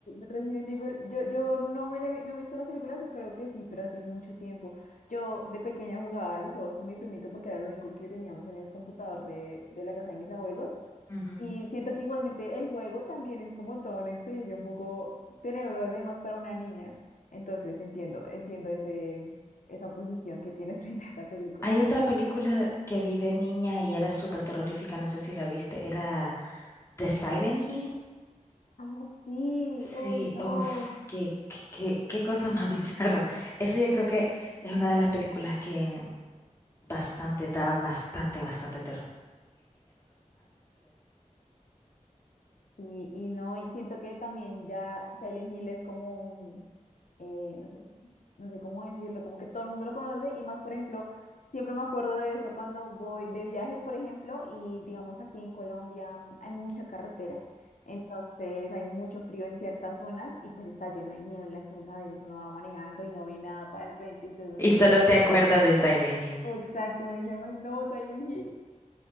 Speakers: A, on the left; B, on the left.
A: Resident Evil, yo, yo no me la vi- no me he visto las películas, o creo que sí, pero hace mucho tiempo. Yo de pequeña jugaba a los juegos con mi primito porque era lo único que teníamos en el computador de, de la casa de mis abuelos
B: Ujú.
A: Y siento que igualmente el juego también es como toda una experiencia un poco tenebrosa, además para una niña. Entonces entiendo, entiendo ese, esa posición que tienes <laughs> frente a esa película.
B: Hay otra película que vi de niña y era súper terrorífica, no sé si la viste, era The Silent Hill.
A: Ah, sí,
B: Sí,
A: hoy no.
B: uff, qué, qué, qué qué cosa más <laughs> bizarra. Eso yo creo que es una de las películas que bastante, da bastante, bastante
A: Y, y no, y siento que también ya Silent Hill es como, un- eh, no sé, no sé cómo decirlo, como que todo el mundo lo conoce y más, por ejemplo, siempre me acuerdo de eso cuando voy de viaje, por ejemplo, y digamos aquí en Colombia mm, hay mucha carretera, entonces hay mucho frío en ciertas zonas y pues está lleno de niebla, entonces a veces uno va manejando y no ve nada para el frente, entonces uno
B: <laughs>
A: dice como, exacto, uno dice, ay no, Silent Hill,